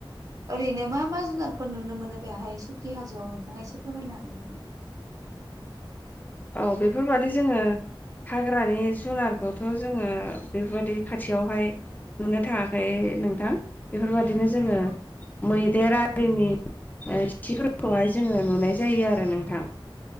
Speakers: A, on the right (about 40°); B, on the left (about 20°).
A: ओरैनो मा मा जुनारफोर नुनो मोनो बेहाय सुकि हाजोआव नोंथाङा एसे फोरमायनो हागोन नामा?
B: औ बेफोरबादि जोङो हाग्रानि जुनारखौ थ' जोङो बेफोरबायदि खाथियावहाय नुनो थाङाखै नोंथां बेफोरबायदिनो जोङो
A: औ
B: मैदेर आरिनि ओ खिफोरखौहाय जोङो नुनाय जायो आरो नोंथां